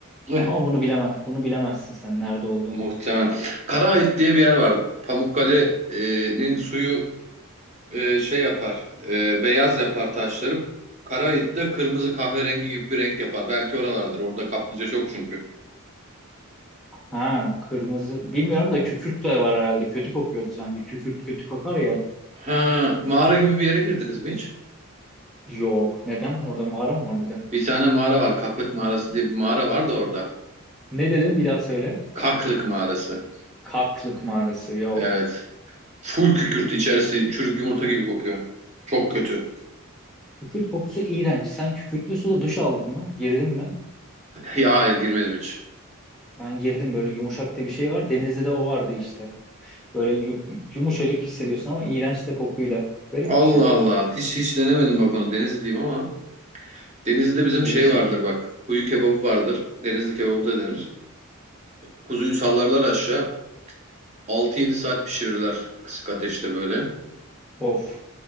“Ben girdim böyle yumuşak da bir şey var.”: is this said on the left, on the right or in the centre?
Centre